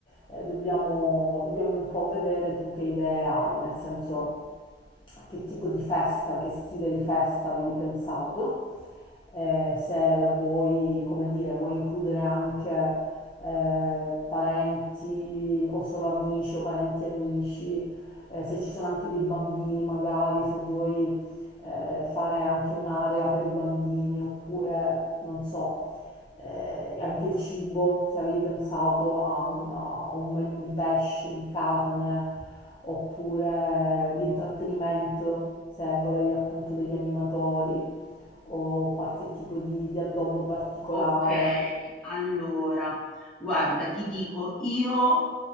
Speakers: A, on the left; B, in the centre.
A: eh, dobbiamo, dobbiamo un po' vedere tu che idee hai, nel senso che tipo di festa, che stile di festa avevi pensato eh, se la vuoi, come dire, vuoi includere anche eh, parenti o solo amici o parenti amici, eh, se ci sono anche dei bambini magari, se vuoi eh, fare anche un'area per i bambini oppure, non so, eh, anche il cibo, se avevi pensato a un, a un menù di pesce, di carne oppure l'intrattenimento, se volevi appunto degli animatori o qualche tipo di, di addobbo particolare.
B: Ok, allora, guarda, ti dico, io